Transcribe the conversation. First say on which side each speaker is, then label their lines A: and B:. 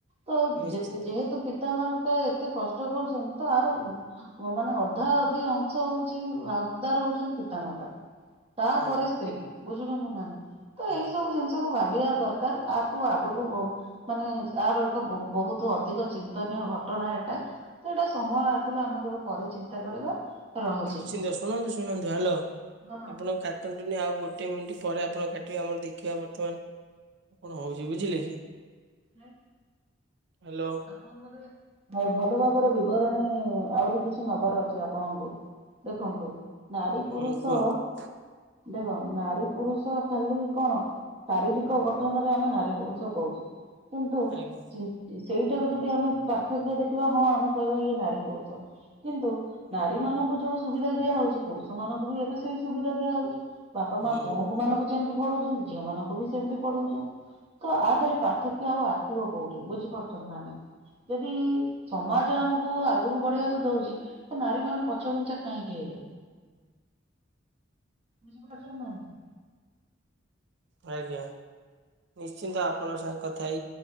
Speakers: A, on the right (about 30°); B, on the right (about 60°).
A: ତ
B: ନିଶ୍ଚିନ୍ତ
A: ଯେତେ ଯେହେତୁ ପିତାମାତା ତାର ଏତେ କଷ୍ଟ କରିସନ୍ତି ତ ଆର ହ ମାନେ ଅଧାଅଧି ଅଂଶ ହଉଚି ହକଦାର ହଉଚନ୍ତି ପିତାମାତା। ତାପରେ
B: ଆଜ୍ଞା
A: ସ୍ତ୍ରୀ। ବୁଝୁଛନ୍ତି ନା ନାଇଁ? ତ
B: ଆଜ୍ଞା
A: ଏଇସବୁ ଜିନ ଷକୁ ଭାବିବା ଦରକାର। ଆକୁ ଆଗୁକୁ ବ ମାନେ ଆର ଏକ ବ ବହୁତ ଅଧିକ ଚିନ୍ତନୀୟ ଘଟଣା ଏଟା। ତ ଏଟା ସମୟ ଆସିଲେ ଆମେ କେବେ ପରେ ଚିନ୍ତା କରିବା। ରହୁଛି।
B: ନିଶ୍ଚିନ୍ତ। ଶୁଣନ୍ତୁ- ଶୁଣନ୍ତୁ, ହାଲୋ
A: ହଁ।
B: ଆପଣ କା ଟନ୍ତୁନି ଆଉ ଗୋଟେ ମିଣ୍ଟି ପରେ ଆପଣ କାଟିବେ। ଆମର ଦେଖିବା ବର୍ତ୍ତମାନ କଣ ହଉଚି, ବୁଝିଲେ କି?
A: ହାଏ।
B: ହ୍ୟାଲୋ
A: ଆପଣ ବୋଧେ ଭ ଭଲ ଭାବରେ ବିବରଣୀ ଆହୁରି କିଛି ନବାର ଅଛି ଆପଣଙ୍କୁ। ଦେଖନ୍ତୁ ନାରୀ, ପୁରୁଷ
B: ହୁଁ କୁହନ୍ତୁ
A: ଦେଖ ନାରୀ, ପୁରୁଷ ଖାଲି କଣ ଶାରୀରିକ ଗଠନରେ ଆମେ ନାରୀ ପୁରୁଷ କହୁଚେ। କିନ୍ତୁ
B: ଆଜ୍ଞା
A: ଚିନ ସେଇଟାକୁ ଯଦି ଆମେ ପାର୍ଥକ୍ୟ ଦେଖିବା ହଁ ଆମେ କହିବା ଇଏ ନାରୀ ପୁରୁଷ। କିନ୍ତୁ ନାରୀ ମାନଙ୍କୁ ଯୋଉ ସୁବିଧା ଦିଆହଉଚି, ପୁରୁଷ ମାନଙ୍କୁ ବି ଏବେ ସେଇ ସୁବିଧା ଦିଆ ହଉଚି। ବାପା ମା
B: ହୁଁ
A: ପୁଅଙ୍କୁ ମାନଙ୍କୁ ଯେମିତି ପଢଉଚନ୍ତି, ଝିଅ ମାନଙ୍କୁ ବି ସେମିତି ପଢଉଚନ୍ତି। ତ ଆଦେହରେ ପାର୍ଥକ୍ୟ ଆଉ ଆସିବ କୋଉଠି! ବୁଝିପାରୁଚନ୍ତି ନା ନାଇଁ! ଯଦି ସମାଜ ଆମକୁ ଆଗକୁ ବଢେଇବାକୁ ଦଉଚି! ତ ନାରୀ ମାନେ ପଛ ଗୁଞ୍ଚା କାହିଁକି ହେବେ। ବୁଝିପାରୁଚ ନାହାନ୍ତି!
B: ପ୍ରଜ୍ଞା। ନିଶ୍ଚିନ୍ତ ଆପଣଙ୍କ ସାଙ୍ଗେ କଥାହେଇ